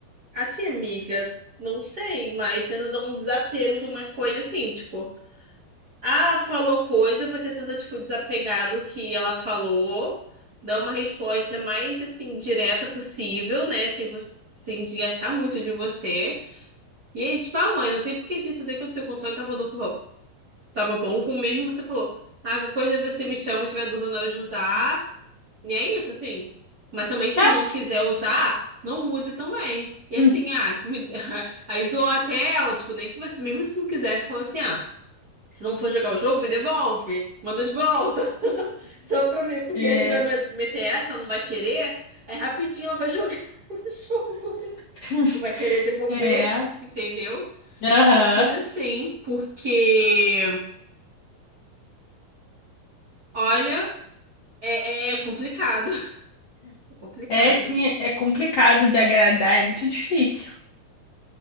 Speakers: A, on the right; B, on the left.
A: Assim, amiga, não sei, mas tenta dar um desapego de uma coisa assim, tipo, ah, falou coisa, você tenta, tipo, desapegar do que ela falou, dar uma resposta mais, assim, direta possível, né, sem, vo- sem desgastar muito de você. E aí, tipo, ah, mãe, não tem por que disso daí acontecer, o console tava, no- tava bom, como mesmo você falou. Ah, a coisa é você me chama, se tiver dúvida na hora de usar. E é isso, assim. Mas também, se
B: Ah,
A: não quiser usar, não use também. E assim,
B: <laughs>
A: ah, me... <laughs> aí zoou a tela, tipo, nem que você, mesmo se não quisesse, falou assim, ah, se não for jogar o jogo, me devolve, manda de volta. <laughs> Só pra ver porque
B: É,
A: aí você vai ma- meter essa, não vai querer, aí rapidinho ela vai jogar <laughs> o jogo.
B: <laughs>
A: Não vai querer devolver,
B: é,
A: entendeu?
B: aham.
A: Essa Coisa assim, porque, olha, é, é complicado. <laughs> É complicado.
B: É sim, é complicado de agradar, é muito difícil.